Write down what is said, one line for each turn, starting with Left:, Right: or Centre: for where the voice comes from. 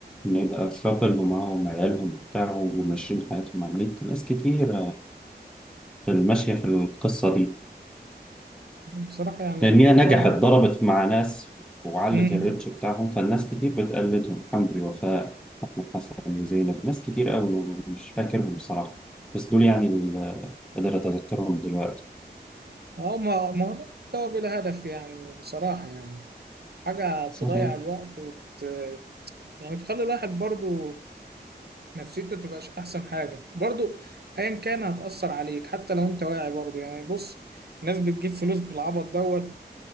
Centre: إن يبقى كابل ومعاهم عيالهم وبتاع وماشيين حياتهم على النت ناس كتير في الماشية في القصة دي
Right: بصراحة يعني
Centre: لأن
Right: موضوع
Centre: هي نجحت ضربت مع ناس وعلت
Right: امم
Centre: الريتش بتاعهم فالناس كتير بتقلدهم حمدي وفاء أحمد حسن وزينب ناس كتير قوي مش فاكرهم بصراحة بس دول يعني اللي قادر أتذكرهم دلوقتي
Right: أو ما ما هو ده محتوى بلا هدف يعني بصراحة يعني حاجة تضيع
Centre: صحيح
Right: الوقت وت... يعني تخلي الواحد برضو نفسيته تبقاش احسن حاجه برضو ايا كان هتاثر عليك حتى لو انت واعي برضو يعني بص ناس بتجيب فلوس بالعبط دوت